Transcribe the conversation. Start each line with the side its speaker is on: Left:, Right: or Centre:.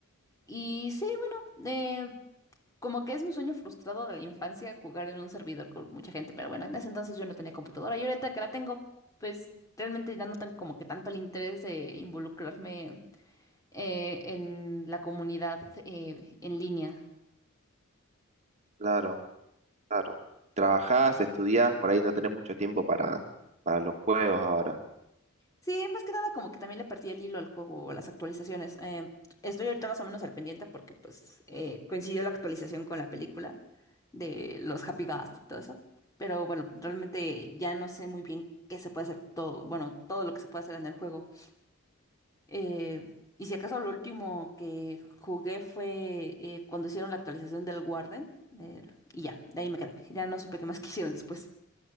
Left: y sí, bueno, eh, como que es mi sueño frustrado de la infancia jugar en un servidor con mucha gente, pero bueno, en ese entonces yo no tenía computadora y ahorita que la tengo, pues realmente ya no tengo como que tanto el interés de involucrarme eh, en la comunidad eh, en línea.
Right: claro, claro. Trabajás, estudiás, por ahí no tenés mucho tiempo para, para los juegos ahora,
Left: Sí, más que nada como que también le perdí el hilo al juego o a las actualizaciones. Eh, estoy ahorita más o menos al pendiente porque pues eh, coincidió la actualización con la película de los Happy Ghast y todo eso. Pero bueno, realmente ya no sé muy bien qué se puede hacer todo, bueno, todo lo que se puede hacer en el juego. Eh, y si acaso lo último que jugué fue eh, cuando hicieron la actualización del Warden eh, y ya, de ahí me quedé. Ya no supe qué más <laughs> quisieron después.